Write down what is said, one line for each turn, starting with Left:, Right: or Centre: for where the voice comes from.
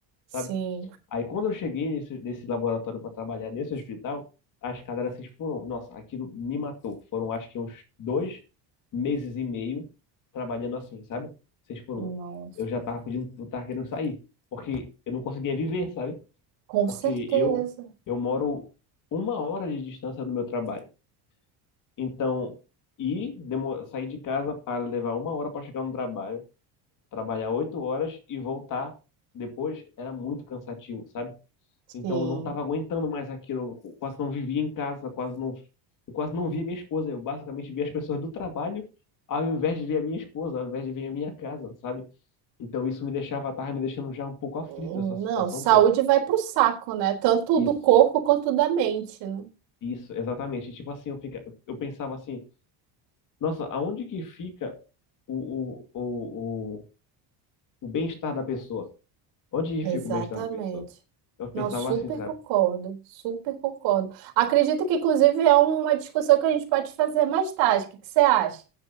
Right: Sim,
Left: sabe? Aí quando eu cheguei nesse, nesse laboratório para trabalhar nesse hospital, as cadáveres foram, nossa, aquilo me matou. Foram acho que uns dois meses e meio trabalhando assim, sabe? Seis por
Right: nossa.
Left: um. Eu já tava pedindo, eu tava querendo sair, porque eu não conseguia viver, sabe?
Right: Com
Left: Porque
Right: certeza.
Left: eu eu moro uma hora de distância do meu trabalho. Então, e demo- sair de casa para levar uma hora para chegar no trabalho, trabalhar oito horas e voltar depois era muito cansativo, sabe?
Right: Sim.
Left: Então eu não estava aguentando mais aquilo. Eu quase não vivia em casa, quase não, eu quase não via minha esposa. Eu basicamente via as pessoas do trabalho ao invés de ver a minha esposa, ao invés de ver a minha casa, sabe? Então isso me deixava, tava me deixando já um pouco aflito
Right: Não,
Left: essa situação
Right: saúde
Left: toda.
Right: vai pro saco, né? Tanto
Left: Isso,
Right: do corpo quanto da mente, né?
Left: isso, exatamente. Tipo assim, eu fica, eu pensava assim, nossa, aonde que fica o, o, o, o, o bem-estar da pessoa? Onde que
Right: Exatamente.
Left: fica o bem-estar da pessoa? Eu pensava
Right: Não, super
Left: assim, sabe?
Right: concordo, super concordo. Acredito que, inclusive, é uma discussão que a gente pode fazer mais tarde. O que que você acha?